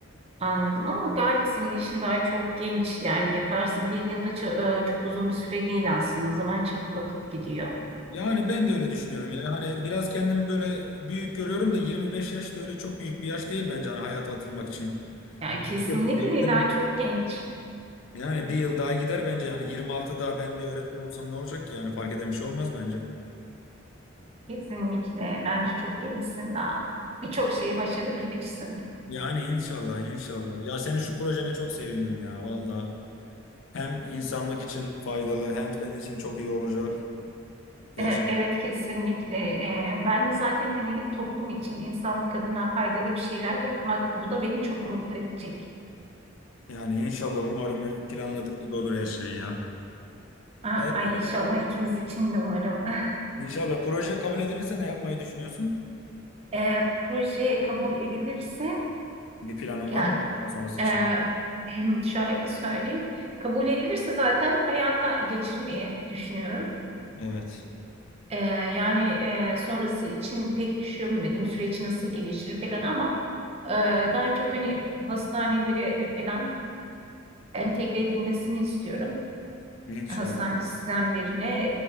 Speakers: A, on the right; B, on the left.
A: anladım ama Galip senin yaşın daha çok genç yani yaparsın bir yılda ço- e, çok uzun bir süre değil aslında zaman çabuk akıp gidiyor
B: Yani ben de öyle düşünüyorum ya. Hani biraz kendimi böyle büyük görüyorum da 25 yaş da öyle çok büyük bir yaş değil bence hani hayata atılmak için.
A: yani kesinlikle
B: Yılında,
A: değil,
B: değil
A: daha
B: mi?
A: çok genç
B: Yani bir yıl daha gider bence yani 26 daha ben bir öğretmen olsam ne olacak ki yani fark eden bir şey olmaz bence.
A: kesinlikle bence çok gençsin daha birçok şeyi başarabilirsin.
B: Yani inşallah inşallah. Ya senin şu projene çok sevindim ya valla. Hem insanlık için faydalı hem senin için çok iyi olacak. Gerçekten.
A: E, Evet kesinlikle. E, Ben de zaten hani toplum için insanlık adına faydalı bir şeyler yapmak bu da beni çok mutlu edecek.
B: Yani inşallah umarım planladığın gibi olur her şey ya.
A: Aa,
B: Evet,
A: Ay inşallah ikimiz için de umarım. <laughs>
B: inşallah proje kabul edilirse ne yapmayı düşünüyorsun?
A: E, proje kabul edilirse
B: Bir planın
A: ya
B: var mı bundan sonrası
A: e,
B: için?
A: <clears throat> şöyle söyleyeyim. Kabul edilirse zaten hayata geçirmeyi düşünüyorum.
B: Evet.
A: E, yani e, sonrası için pek düşünmedim süreç nasıl gelişir falan ama e, daha çok hani hastanelere falan entegre edilmesini istiyorum.
B: İnşallah.
A: hastane sistemlerine.